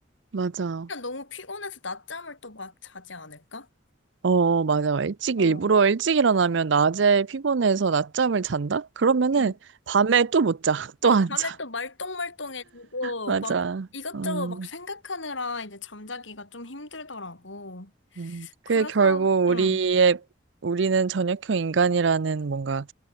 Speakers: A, on the right; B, on the left.
A: 맞아.
B: 그냥 너무 피곤해서 낮잠을 또 막 자지 않을까?
A: 어, 맞아. 일찍,
B: 어.
A: 일부러 일찍 일어나면 낮에 피곤해서 낮잠을 잔다? 그러면은
B: 응.
A: 밤에 또 못 자. <laughs>
B: 어,
A: 또 안
B: 밤에
A: 자.
B: 또 말똥말똥해지고,
A: 맞아.
B: 막 이것저것
A: 음,
B: 막 생각하느라 이제 잠자기가 좀 힘들더라고.
A: 음.
B: 그래서,
A: 그게 결국
B: 응,
A: 우리의, 우리는 저녁형 인간이라는 뭔가